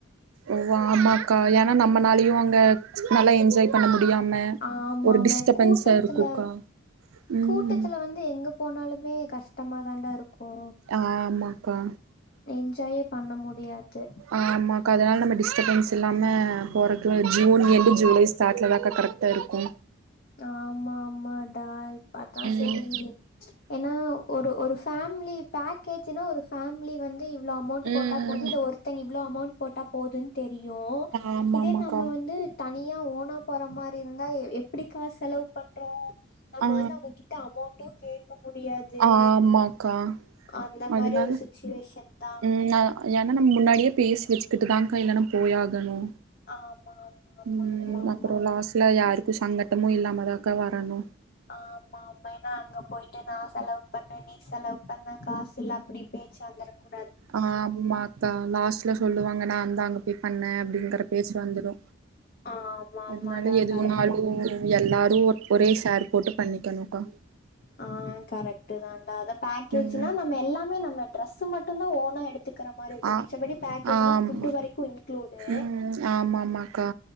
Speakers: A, on the right; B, on the left.
A: ஓ ஆமாக்கா ஏன்னா நம்மனாலயு அங்க நல்லா என்ஜாய் பண்ண முடியாம
B: ஆமா
A: ஒரு
B: ஆமா
A: டிஸ்டபன்ஸா
B: கூட்டத்துல
A: இருக்குக்கா ம்
B: கூட்டத்துல வந்து எங்க போனாலுமே கஷ்டமா தான்டா இருக்கு
A: ஆமாக்கா
B: என்ஜாயே பண்ண முடியாது
A: அம்மாக்கா அதுனால நம்ம டிஸ்டபன்ஸ் இல்லாம போற து ஜூன் எண்டு ஜூலை ஸ்டார்ட்ல தாக்கா கரெக்டா இருக்கு
B: ஆமா ஆமாடா இப்ப அதா
A: ம்
B: சரி ஏன்னா ஒரு ஒரு ஃபேமிலி பேக்கேஜ்ன்னா ஒரு ஃபேமிலி வந்து இவ் ள அமௌண்ட்
A: ம்
B: போட்டா போது இல்ல ஒருத்தங்க இவ்ளோ அமௌண்ட் போட்டா போதுன் தெரியு
A: ஆமாமாக்கா
B: இதே நம்ம வந்து தனியா ஓனா போற மாரி இருந்தா எ எப் டிக்கா செலவு பண்றோ நம்ம
A: ஆ
B: வந்து அவங்ககிட்ட அமௌண்டு கேக் க்க முடியாது
A: ஆமாக்கா
B: அந்த மாரி
A: அதனால
B: ஒரு சுச்சுவேஷன்தா
A: ம் அ ஏன்னா நம்ம முன்னாடியே பேசி வச்சுக்கிட்டுதாக்கா இல்லனா போயாகணு
B: ஆமா ஆமா
A: ம்
B: ஆமா ஆமா
A: அப்பறோ
B: ஆமா
A: லாஸ்ட்ல யாருக்கு சங்கட்டமு இல்லாமதாக்கா வரணு
B: ஆமா ஆமா எனா அங்க போயிட்டு நா செலவு பண்ணே நீ செலவு பண்ண காசுல அப்டி பேச்சு வந்துருக்கூ
A: ஆ ஆமா அக்கா லாஸ்ட்ல சொல்லுவாங்க நாந்தா அங்க போய் பண்ணே அப்டிங்கற பேச்சு வந்துரு
B: ஆமா ஆமாடா
A: அதனால எதுவுனாலு
B: கரெக்ட்டு
A: எல்லாரு ஒரே ஷேர் போட்டு பண்ணிக்கணுக்கா
B: ஆ கரெக்ட் தான்டா அதா பேக்கேஜ்னா
A: ம்
B: நம்ம எல்லாமே நம்ம ட்ரெஸ்ஸு மட்டுந்தா ஓனா எடுத்துக்கிற மாரிருக்கு
A: ஆ
B: மிச்சப்படி பேக்கேஜ்னா
A: ஆமா
B: ஃபுட் வரைக்கு இன்குளூடு
A: ம் ஆமாமாக்கா